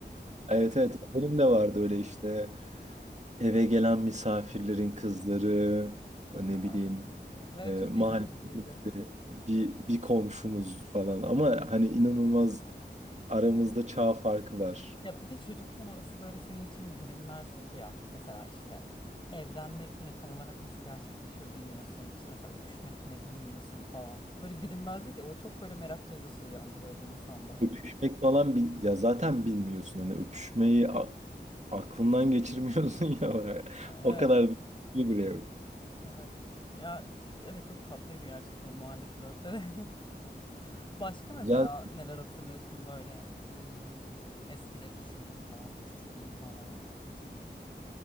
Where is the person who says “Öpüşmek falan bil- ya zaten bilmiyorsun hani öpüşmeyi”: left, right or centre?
Right